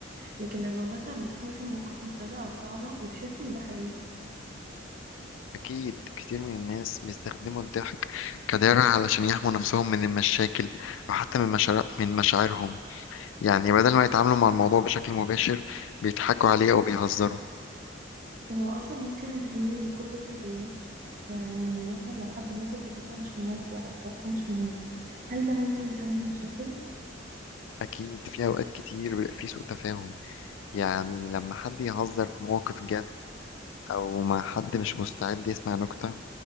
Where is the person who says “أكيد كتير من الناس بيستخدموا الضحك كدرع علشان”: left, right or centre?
Left